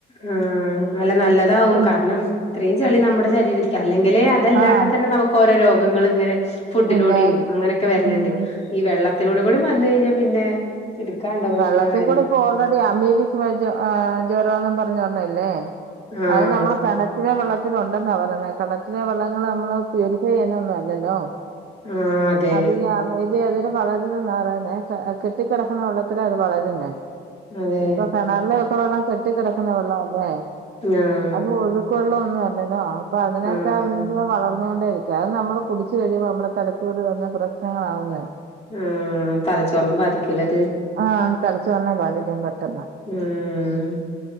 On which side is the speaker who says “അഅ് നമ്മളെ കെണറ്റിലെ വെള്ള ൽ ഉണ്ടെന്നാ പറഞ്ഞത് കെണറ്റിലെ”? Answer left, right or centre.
Right